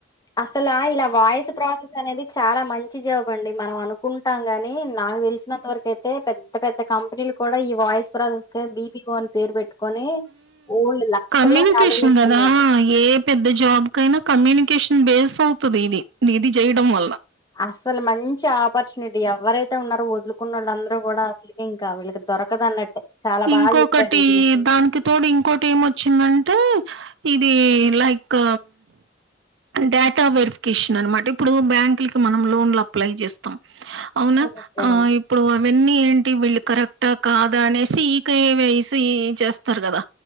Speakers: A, on the left; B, on the right.
A: అసలా ఇలా వాయిస్ ప్రాసెస్ అనేది చాలా మంచి జాబ్ అండి మనం అనుకుంటాం గాని నాకు తెలిసినంత వరకు అయితే పెద్ద పెద్ద పెద్ద కంపెనీలు కూడా ఈ వాయిస్ ప్రసెస్ క బిపిఓన్ పేరు పెట్టుకొని ఓల్డ్ లక్షలో
B: కమ్యూనికేషన్
A: శాలరీలు ఇస్తున్నారు
B: కదా ఏ పెద్ద జాబ్ కైనా కమ్యూనికేషన్ బేస్ అవుతుది ఇది ఇది చేయడం వల్ల
A: అస్సలు మంచి ఆపర్చునిటీ ఎవరైతే ఉన్నారో వదులుకున్న వాళ్ళ అందరు కూడా అసలు ఇం ఇకా వీళ్ళకి దొరకదన్నట్టే చాలా
B: ఇంకొకటి
A: బాగా చెప్పారు దీని గురించి
B: దానికి తోడు ఇంకోటి ఏమొచ్చిందంటే ఇది లైక్ డేటా వెరిఫికేషన్ అన్నమాట ఇప్పుడు బ్యాంకుల కి మనం లోన్లు అప్లై చేస్తాం అవునా
A: ఓకే
B: ఆ ఇప్పుడు అవన్నీ ఏంటి వీళ్ళు కరెక్టా కాదా అనేసి సి కే వై సి చేస్తారు కదా